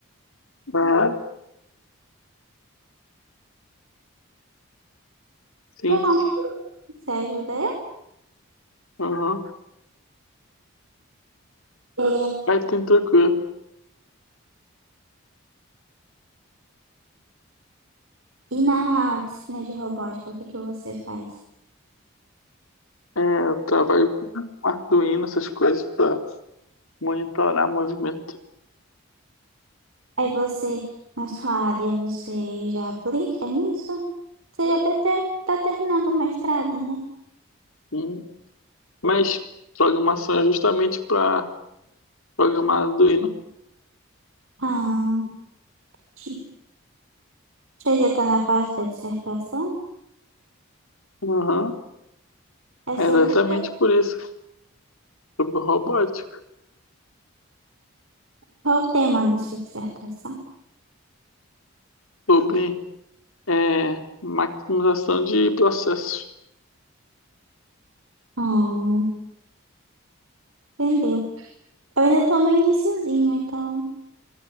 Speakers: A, on the left; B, on the right.
A: Ah, sim.
B: Tá bom. Você ajuda eu?
A: Aham.
B: É,
A: Aí tem tranquilo.
B: e na disciplina de robótica, o que que você faz?
A: É, eu trabalho com Arduino, essas coisas, para monitorar movimento.
B: Aí você, na sua área, você já aplica nisso? Você já deve estar terminando o mestrado, né?
A: Hum, Mas programação é justamente para programar Arduino.
B: Ah, que- você já está na fase da dissertação?
A: Aham.
B: É sobre
A: É exatamente
B: o quê?
A: por isso. Sobre robótica,
B: Qual o tema da sua dissertação?
A: sobre é, maximização de processos.
B: Ah, entendeu? Eu ainda estou no iniciozinho, então